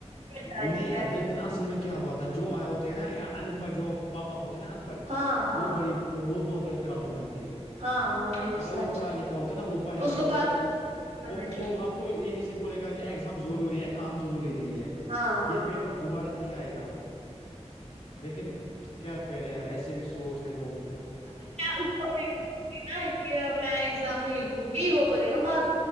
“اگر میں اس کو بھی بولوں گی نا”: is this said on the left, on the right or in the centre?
Right